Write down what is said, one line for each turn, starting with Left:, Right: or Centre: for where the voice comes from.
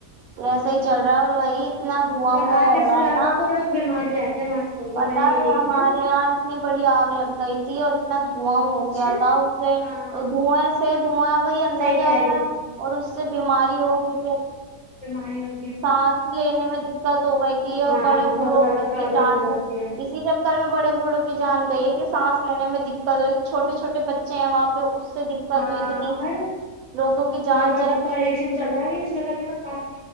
Right: وسے ہی چل رہا ہے اور وہی اتنا دھواں
Left: اور
Right: مواں
Left: آدھے
Right: ہو رہا
Left: سے زیادہ
Right: ہے نا
Left: تو لوگ بیمار ہی رہتے ہیں آج کل تو
Right: پتا
Left: میں یہ
Right: ہے
Left: دیکھ
Right: ہمارے
Left: رہی ہوں
Right: یہاں اتنی بڑی آگ لگ گئی تھی اور دھواں ہو
Left: اچھا
Right: گیا تھا اس سے
Left: ہاں
Right: دھوئیں سے دھواں وہھی اندر
Left: صحیح
Right: جائے
Left: کہہ رہی
Right: گا
Left: ہوں
Right: اور اس سے بیماری ہوگی پھر
Left: ای
Right: سانس لینے میں دقت ہو گئی تھی اور
Left: ہاں
Right: بڑے بوڑھوں
Left: بہت زیادہ
Right: کی
Left: پرابلم
Right: جان
Left: ہو
Right: سے
Left: جاتی ہے
Right: اسی چکر میں بڑے بوڑھوں کی جان گئی ہے کہ سانس لینے میں دقت ہوئی چھوٹےھوٹے بچے بچے ہیں وہاں پہ اس سے دقت
Left: ہاں
Right: ہو اتنی
Left: اور
Right: لوگوں کی جان
Left: بہت زیادہ
Right: چلی
Left: پالوشن
Right: گئی
Left: چ رہا ہے جگہ جگہ پلاسٹ